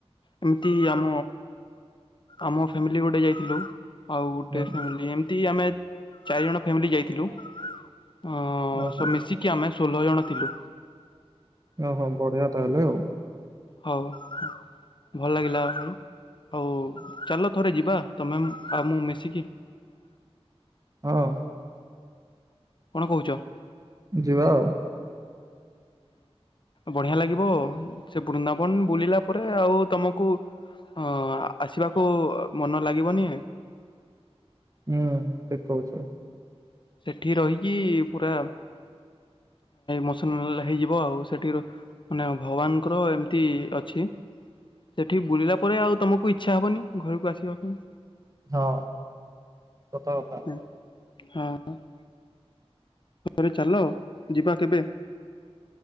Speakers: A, on the left; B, on the right.
A: ଏମିତି ଆମ ଆମ ଫ୍ୟାମିଲି ଗୋଟେ ଯାଇଥିଲୁ। ଆଉ ଗୋଟେ
B: ହୁଁ
A: ଫାମିଲ ଏମତି ଆମେ ଚାରି ଜଣ ଫ୍ୟାମିଲି ଯାଇଥିଲୁ। ଉଁ
B: ଓହୋ
A: ସ ମିଶିକି ଆମେ ଷୋଲ ଜଣ ଥିଲୁ।
B: ଓହୋ ବଢି଼ଆ ତାହେଲେ ଆଉ।
A: ହଉ ହ ଭଲ ଲାଗିଲା ଭାଇ ଆଉ ଚାଲ ଥରେ ଯିବା ତମେ ଆଉ ମୁଁ ମିଶିକି।
B: ହଁ।
A: କଣ କହୁଛ?
B: ଯିବା ଆଉ।
A: ବଢି଼ଆ ଲାଗିବ ସେ ବୃନ୍ଦାବନ ବୁଲିଲା ପରେ ଆଉ ତମକୁ ହଁ ଆସିବାକୁ ମନ ଲାଗିବନି।
B: ହୁଁ ଠିକ୍ କହୁଛ।
A: ସେଠି ରହିକି ପୁରା ମସନ ହେଇଯିବ ଆଉ ସେଠି ର ମାନେ ଭଗବାନଙ୍କର ଏମିତି ଅଛି। ସେଠି ବୁଲିଲା ପରେ ଆଉ ତମକୁ ଇଚ୍ଛା ହବନି ଘରକୁ ଆସିବା ପାଇଁ।
B: ହଁ ସତ କଥା।
A: ହଁ ହଁ ରେ ଚାଲ ଯିବା କେବେ?